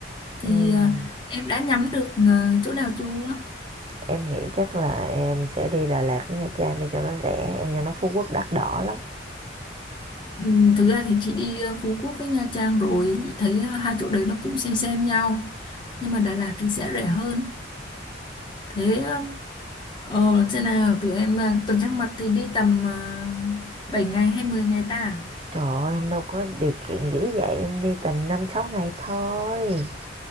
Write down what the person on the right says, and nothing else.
Ừm,
em nghĩ chắc là em sẽ đi Đà Lạt với Nha Trang để cho nó rẻ, em nghe nói Phú Quốc đắt đỏ lắm.
Trời ơi, em đâu có điều kiện dữ vậy, em đi tầm năm sáu ngày thôi.